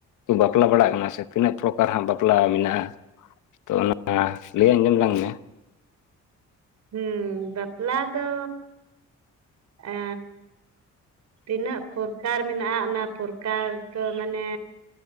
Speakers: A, on the left; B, on the right.
A: ᱵᱟᱯᱞᱟ ᱵᱟᱲᱟᱜ ᱠᱟᱱᱟ ᱥᱮ ᱛᱤᱱᱟᱹᱜ ᱯᱨᱚᱠᱟᱨ ᱦᱟᱸᱜ ᱵᱟᱯᱞᱟ ᱢᱮᱱᱟᱜᱼᱟ? ᱛᱚ ᱚᱱᱟ ᱞᱟᱹᱭ ᱟᱧᱡᱚᱢ ᱞᱟᱝ ᱢᱮ
B: ᱦᱩᱸ ᱵᱟᱯᱞᱟ ᱫᱚ ᱮ ᱛᱤᱱᱟᱹᱜ ᱯᱨᱚᱠᱟᱨ ᱢᱮᱱᱟᱜᱼᱟ ᱚᱱᱟ ᱯᱨᱠᱟᱨ ᱫᱚ ᱢᱟᱱᱮ